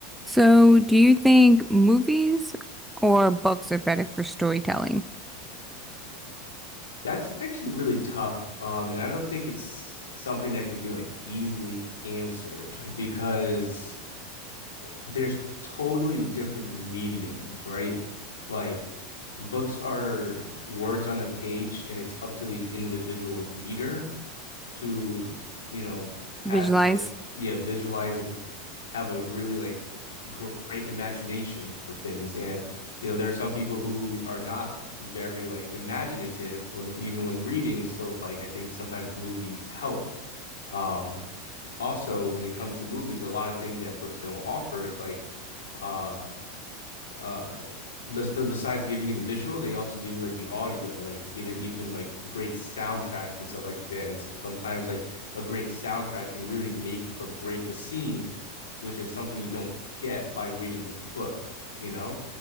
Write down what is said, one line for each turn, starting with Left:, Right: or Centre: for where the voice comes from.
Centre: So, do you think movies or books are better for storytelling?
Left: That's actually really tough. Um, and I don't think it's something that could be like easily answered because there's totally different mediums, right? Like books are words on a page and it's up to the individual reader to you know have
Centre: Visualize?
Left: a yeah visualize and have a really like great imagination for things and you know there are some people who are not very like imaginative when even when reading so like i think sometimes movies help um also when it comes to movies a lot of things that books don't offer is like uh uh but, but besides giving you the visual, they also give you like the audio, like you know, even like great soundtracks and stuff like that. And sometimes like a great soundtrack can really make or break a scene, which is something you don't get by reading a book, you know?